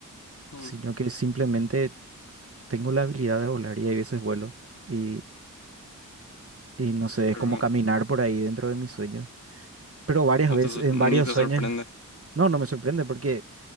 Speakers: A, on the left; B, on the right.
A: Mm,
B: sino que simplemente tengo la habilidad de volar y hay veces vuelo y, y no sé, es
A: Pero
B: como caminar por ahí dentro de mis sueños, pero varias
A: no
B: veces,
A: te, sor-
B: en
A: ni
B: varios
A: te
B: sueños,
A: sorprende.
B: no, no me sorprende porque